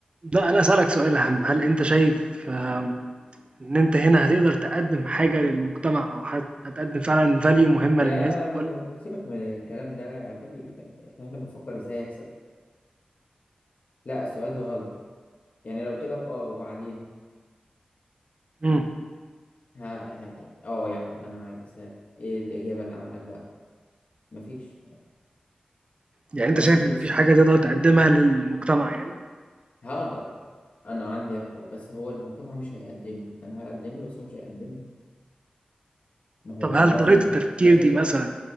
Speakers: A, on the right; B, on the left.
A: لأ، أنا هاسألك سؤال أهم، هل أنت شايف آمم، إن أنت هنا هتقدر تقدّم حاجة للمجتمع أو هت هتقدّم فعلًا value مهمة
B: يا
A: للناس
B: لهوي
A: والّا
B: سيبك من الكلام ده يا فادي يعني إحنا هنا بنفكر إزاي أكسب لا السؤال ده غلط يعني لو قلت لك أه وبعدين
A: إمم،
B: ها ها يعني أه يا عم أنا عايز ها إيه الإجابة اللي عندك بقى مفيش
A: يعني أنت
B: ما
A: شايف
B: أصل في
A: ما
B: ناس
A: فيش
B: كده
A: حاجة تقدر تقدّمها للمجتمع يعني؟
B: هقدر أنا عندي أقدر بس هو المجتمع مش هيقدم لي أنا هقدم له بس هو مش هيقدم لي ما هو
A: طب هل
B: لازم
A: طريقة التفكير
B: لازم
A: دي
B: تبقى
A: مثلًا